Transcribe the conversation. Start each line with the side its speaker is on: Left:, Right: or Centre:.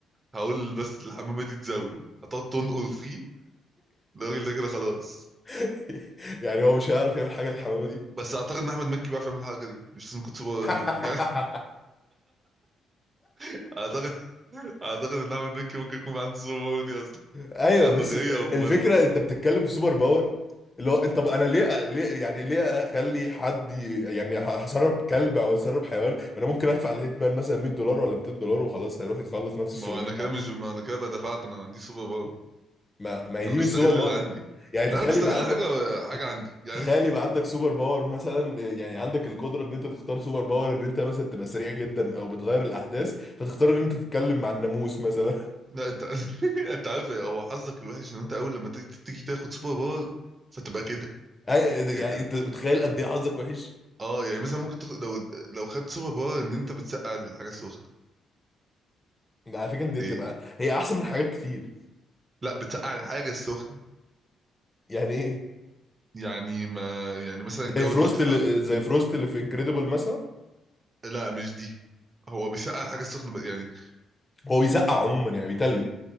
Right: هقول بس الحمامه دي تزاوله هتقعد تنقر فيه الراجل ده كده خلاص
Left: <laughs> يعني هو مش هيعرف يعمل حاجه للحمامه دي
Right: بس اعتقد ان احمد مكي بيعرف يعمل الحركه دي مش لازم يكون سوبر هيرو
Left: <laughs>
Right: يعني <laughs> اعتقد اعتقد ان احمد مكي ممكن يكون عنده سوبر باور دي اصلا
Left: ايوه
Right: عنده
Left: بس
Right: غيره ومودي
Left: الفكره انت بتتكلم في سوبر باور اللي هو انت طب انا ليه ليه يعني ليه اخلي حد ي- يعني ه- هسرب كلب او هسرب حيوان ما انا ممكن ادفع لهيتمان مثلا 100 دولار ولا 200 دولار وخلاص هيروح يخلص نفس الشغلانه
Right: ما هو انا كده
Left: على
Right: مش
Left: فكرة.
Right: ما انا كده بدفعت انا ما عنديش سوبر باور
Left: ما ما هي
Right: انا
Left: دي
Right: بستغل
Left: مش سوبر باور
Right: اللي عندي
Left: يعني تخيل
Right: لا انا بستغل
Left: يبقى عندك
Right: حاجه حاجه عندي يعني
Left: تخيل
Right: <laughs>
Left: يبقى عندك سوبر باور مثلا يعني عندك القدره ان انت تختار سوبر باور ان انت مثلا تبقى سريع جدا او بتغير الاحداث فتختار ان انت تتكلم مع الناموس مثلا
Right: لا انت <laughs> انت عارف إيه؟ هو حظك الوحش ان انت اول لما تيجي تيجي تاخد سوبر باور فتبقى كده
Left: <laughs> أي-
Right: يعني
Left: يعني
Right: ت-
Left: انت متخيل قد ايه حظك وحش
Right: اه يعني مثلا ممكن تاخد لو لو خدت سوبر باور ان انت بتسقع الحاجه السخنه
Left: على فكره دي بتبقى
Right: ايه
Left: هي احسن من حاجات كتير
Right: لا بتسقع الحاجه السخنه
Left: يعني ايه
Right: يعني ما يعني مثلا
Left: زي
Right: الجو
Left: فروست
Right: دلوقتي حر
Left: اللي زي فروست اللي في انكريدبل مثلا
Right: لا مش دي هو بيسقع الحاجه السخنه ب- يعني
Left: هو بيسقع عموما يعني بيتلج